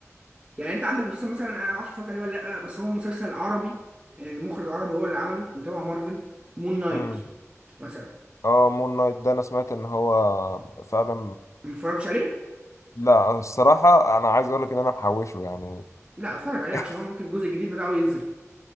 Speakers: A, on the right; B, on the left.
A: يعني انت عندك مسلسل مثلا انا ما اعرفش اتفرجت عليه ولا لا بس هو مسلسل عربي يعني مخرج عربي هو اللي عمله وتبع مارفل مون نايت
B: مم.
A: مثلا
B: اه مون نايت ده انا سمعت ان هو فعلا
A: ما اتفرجتش عليه
B: لا الصراحة انا عايز اقول لك ان انا محوشه يعني
A: لا اتفرج عليه
B: <laughs>
A: عشان هو ممكن الجزء الجديد بتاعه ينزل